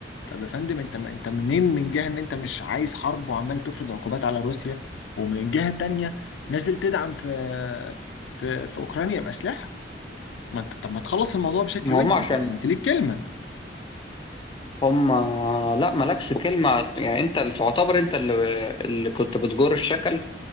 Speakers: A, on the left; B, on the left.
A: طب يا فندم انت انت منين من جهه ان انت مش عايز حرب وعمال تفرض عقوبات على روسيا ومن جهه تانية نازل تدعم في في في اوكرانيا باسلحه ما انت طب ما تخلص الموضوع بشكل
B: ما
A: ودي
B: هم عشان
A: بدل انت ليك كلمه
B: هم لا مالكش كلمه يعني انت اللي تعتبر انت اللي, اللي كنت بتجر الشكل